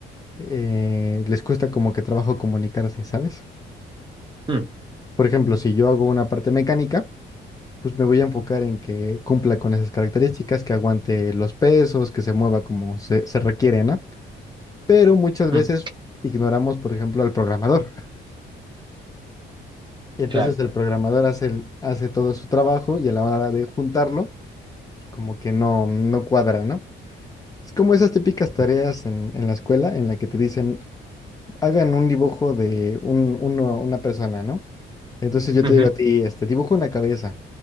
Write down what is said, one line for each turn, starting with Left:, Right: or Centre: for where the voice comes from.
Left: eh, les cuesta como que trabajo comunicarse, ¿sabes?
Right: mm,
Left: Por ejemplo, si yo hago una parte mecánica, pues me voy a enfocar en que cumpla con esas características, que aguante los pesos, que se mueva como se, se requiere, ¿no? Pero muchas
Right: mm,
Left: veces ignoramos, por ejemplo, al programador. <laughs> Y entonces
Right: Claro.
Left: el programador hace, el- hace todo su trabajo y a la hora de juntarlo, como que no, no cuadra, ¿no? Es como esas típicas tareas en, en la escuela en la que te dicen, hagan un dibujo de un, uno- una persona, ¿no? Entonces yo
Right: Ujú,
Left: te digo a ti, este, dibujo una cabeza